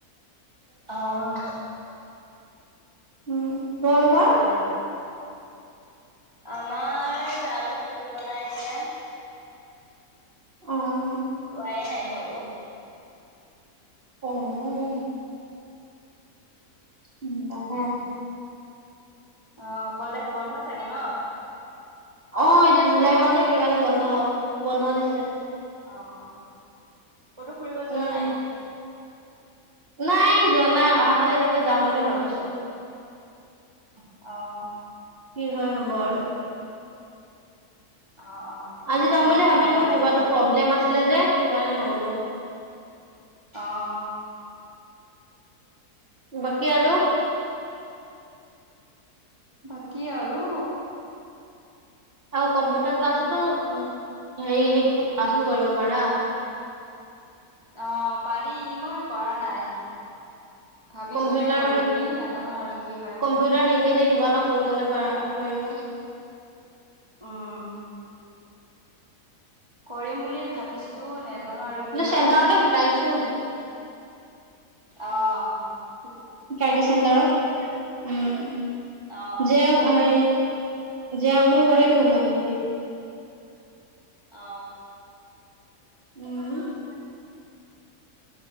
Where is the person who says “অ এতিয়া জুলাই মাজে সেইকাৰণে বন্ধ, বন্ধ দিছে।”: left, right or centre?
Right